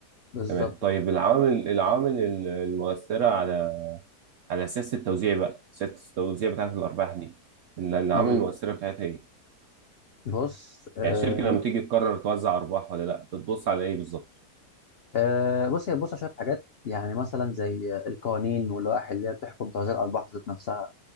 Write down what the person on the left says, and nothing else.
بالظبط
كده
امم
بص آه
آه بص هي بص على شويه حاجات يعني مثلا زي القوانين واللوائح اللي هي بتحكم توزيع الارباح ذات نفسها